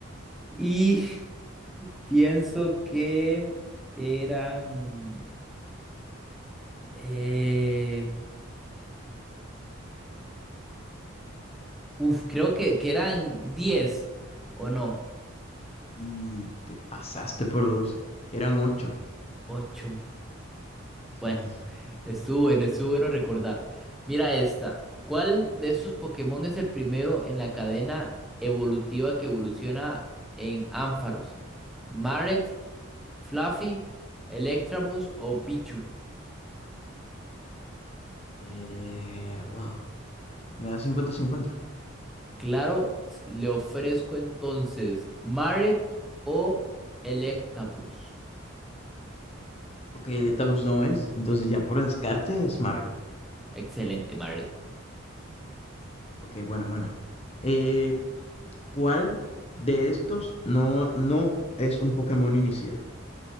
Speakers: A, in the centre; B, on the left.
A: Y <laughs> pienso que eran, eh, uf, creo que, que eran 10 o no,
B: Y te pasaste por 2. eran 8.
A: ocho
B: Sí,
A: Bueno. Estuvo bueno, estuvo bueno recordar. Mira esta. ¿Cuál de estos Pokémon es el primero en la cadena evolutiva que evoluciona en Ampharos? ¿Maret, Fluffy, Electabuzz o Pichu?
B: eh, guau, me da 50. 50.
A: Claro, s- le ofrezco entonces Maret o Electabuzz.
B: Okey, Letaboos no es, entonces ya por descarte es Smaragd.
A: Excelente, Maret.
B: Okey, buena, buena. Eh, ¿cuál de estos no no es un Pokémon inicial?